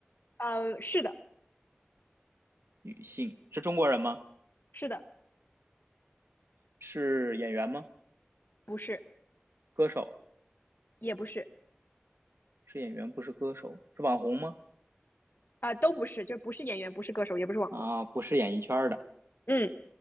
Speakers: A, on the left; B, on the right.
A: 呃，是的，
B: 女性，是中国人吗？
A: 是的，
B: 是演员吗？
A: 不是，
B: 歌手，
A: 也不是，
B: 是演员，不是歌手，是网红吗？
A: 呃，都不是，就不是演员，不是歌手，也不是网红，
B: 啊，不是演艺圈儿的。
A: 嗯，